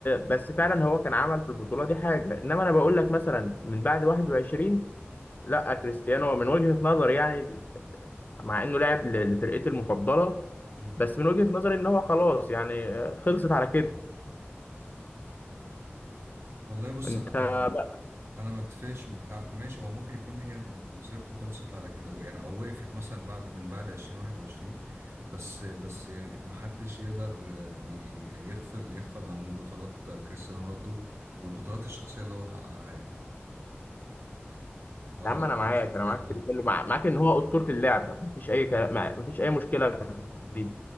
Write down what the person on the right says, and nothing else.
مم.
والله بص
انا انا انا
أنا ما اتفقش مع... آه، ماشي هو ممكن يكون هي مسيرته خلصت على كده أو يعني او وقفت مثلا بعد من بعد 2021 بس بس ما حدش يقدر آه، ي- ي- يغفل يغفل عن بطولات كريستيانو رونالدو والبطولات الشخصيه اللي هو حققها يعني او
الارقام
الشخصيه
اللي
هو
حققها